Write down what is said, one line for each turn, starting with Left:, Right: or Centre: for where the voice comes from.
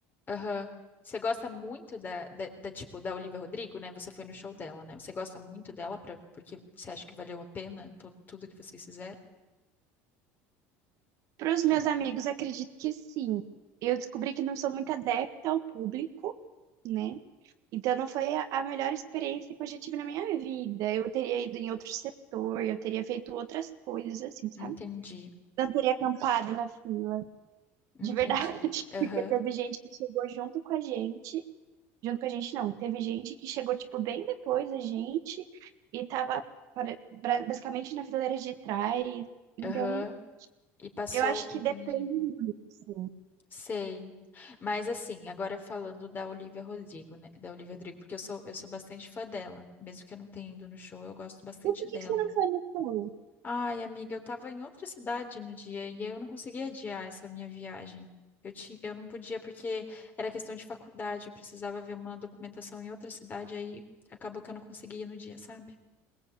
Left: aham, Você gosta muito da, da, da, tipo, da Olivia Rodrigo, né? Você foi no show dela, né? Você gosta muito dela pra, porque você acha que valeu a pena tu- tudo que vocês fizeram?
Right: Para os meus amigos, acredito que sim. Eu descobri que não sou muito adepta ao público, né? Então não foi a a melhor experiência que eu já tive na minha vida. Eu teria ido em outro setor, eu teria feito outras coisas, assim, sabe?
Left: Entendi,
Right: Não teria acampado na fila,
Left: entendi.
Right: de verdade. <laughs>
Left: Aham,
Right: Porque teve gente que chegou junto com a gente. Junto com a gente, não. Teve gente que chegou, tipo, bem depois da gente e tava para- bra- basicamente na fileira de trás. Então,
Left: aham. E passou,
Right: Eu acho que
Left: entendi.
Right: depende muito, assim.
Left: Sei. Mas assim, agora falando da Olivia Rodrigo, né? Da Olivia Rodrigo, porque eu sou, eu sou bastante fã dela. Mesmo que eu não tenha ido no show, eu gosto bastante
Right: E por
Left: dela.
Right: que que você não foi no show?
Left: Ai, amiga, eu tava em outra cidade no dia e eu não conseguia adiar essa minha viagem. Eu tinha, eu não podia porque era questão de faculdade, eu precisava ver uma documentação em outra cidade, aí acabou que eu não conseguia ir no dia, sabe?